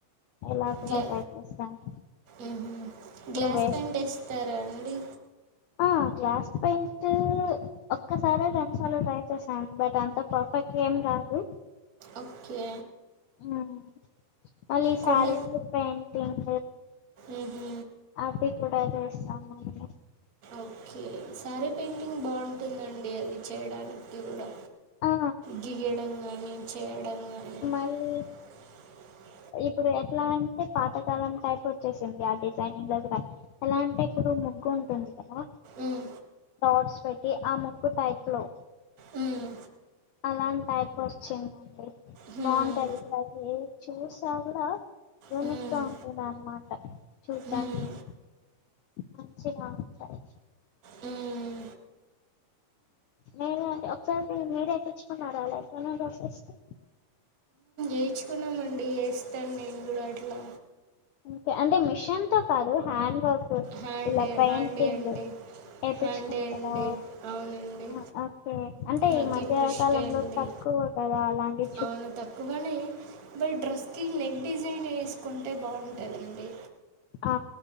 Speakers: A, on the left; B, on the right.
A: ఇలా కూడా
B: గ్లా
A: ట్రై చేస్తాను
B: ఉహుమ్
A: ఇప్పుడు
B: గ్లాస్
A: వే
B: తో ఏం టేస్ తర అండి
A: ఆ క్లాస్ పేయింట్ ఒక్కసారే రెండుసాల్లో ట్రై చేశాను బట్ అంత పర్ఫెక్ట్ గా ఏం రాదు
B: ఓక్కే
A: ఉమ్ మళ్ళీ ఈ
B: కుండ
A: సారిస్ కి పెయింటింగ్
B: ఉహుం
A: అవి కూడా చెస్తాము మరే
B: ఓకే సారే పెయింటింగ్ బాగుంటుందండి అది చేయడానికి కూడా
A: ఆ
B: గీయడం కాని చేయడం కానీ
A: అల్లి
B: <inaudible>
A: ఇప్పుడు ఎట్లా అంటే పాతకాలం టైప్ వచ్చేసింది ఆ డిజైనింగ్ దగ్ ఎలా అంటే ఇప్పుడు ముగ్గు ఉంటుంది కదా
B: మ్,
A: డాట్స్ పెట్టి ఆ ముగ్గు టైప్ లో
B: మ్,
A: అలాంటి టైప్ వచ్చిందండి
B: మ్,
A: బాగుంటది ఇప్పుడు అది చూసా కూడా యూనిక్గా
B: మ్,
A: ఉంటుంది అన్నమాట చూడ్
B: మ్,
A: డానికి మంచిగావుంటాయి
B: మ్,
A: మీరు అంటే ఒకసారి మీరే ఎక్కించుకున్నారా అలా <unintelligible> డ్రెస్స్ కి
B: ఏయిచ్చుకున్నామండి యేస్తాను నేను కూడా అట్లా
A: అంతే అంటే మిషన్ తో కాదు హ్యాండ్ వక్
B: హ్యాండే
A: ఇలా పెయింటింగ్
B: హ్యాండే అండి
A: ఏపిచ్చుకుంటదా
B: హ్యాండే అండి అవునండి
A: ఆ ఓకే అంటే
B: నాకు
A: ఈ మధ్యకాలంలో
B: ఇంట్రెస్టే అండి
A: తక్కువ కదా అలాంటి
B: అవును తక్కువనే బట్ డ్రెస్కి నెగ్ డిజైన్ వేసుకుంటే బాగుంటుందండి.
A: ఆ